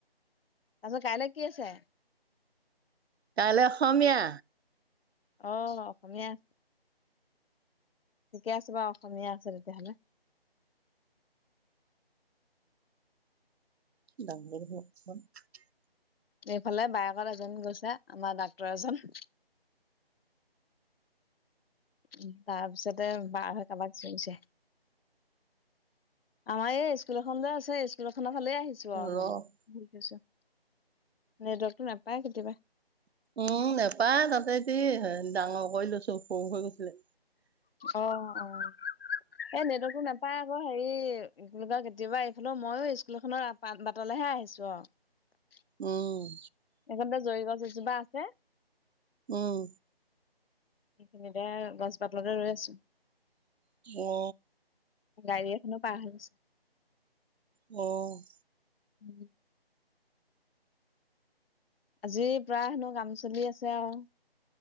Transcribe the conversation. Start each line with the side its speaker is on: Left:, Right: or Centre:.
Left: তাৰপাছত কাইলৈ কি আছে।
Right: কাইলৈ অসমীয়া।
Left: অ' অসমীয়া আছে। ঠিকে আছে বাৰু অসমীয়া আছে তেতিয়াহ'লে।
Right: <unintelligible>
Left: এইফালে বাইকত এজনী গৈছে আমাৰ ডাক্তৰ এজন। উম তাৰপিছ পিছতে বাৰ হৈ কাৰোবাক চিএৰিচে। আমাৰ এই স্কুল এখন যে আছে, স্কুল এখনত ফাঁলে আহিছো আৰু
Right: ৰ
Left: মই ঘূৰি ফুৰিছোঁ। নেটৱৰ্কটো নাপায় কেতিয়াবা।
Right: উম নেপায় তাতে এ ডাঙৰ কৰি লৈছো সৰু হৈ গৈছিলে।
Left: অ অ এই নেটৱৰ্কটো নাপায় আকৌ হেৰি কেতিয়াবা এইফালে ময়ো স্কুলখনৰ বাটলেহে আহিছো আৰু।
Right: উম।
Left: এইখন তে জৰি গছ এজোপা আছে
Right: উম।
Left: এইখিনিতে গছ জোপা তলতে ৰৈ আছো।
Right: অ
Left: গাড়ী এখনো পাৰ হৈ গৈছে।
Right: অ'।
Left: উম। আজি প্ৰায় হেনো কাম চলি আছে আৰু।